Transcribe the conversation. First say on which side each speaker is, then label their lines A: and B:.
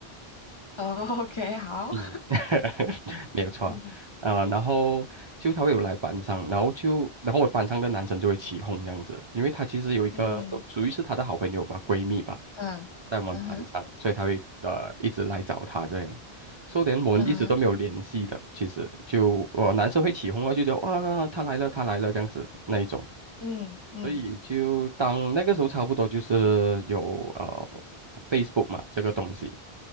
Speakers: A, on the left; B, on the right.
A: 哦，OK，好，
B: 嗯，
A: <laughs>
B: <laughs> 没有错，
A: 嗯
B: 啊、呃然后就他会有来班上，然后就然后我班上的男生就会起哄这样子，因为他其实有一个属属于是他的好朋友吧，
A: 嗯
B: 闺蜜吧，
A: 嗯嗯哼
B: 在我们班上，所以他会呃一直来找他这样，说连我们一直都没有联系的，
A: 嗯哼
B: 其实就我、呃男生会起哄啊，就觉得哇他来了他来了这样子那一种。
A: 嗯嗯
B: 所以就当那个时候差不多就是有呃 Facebook 嘛这个东西，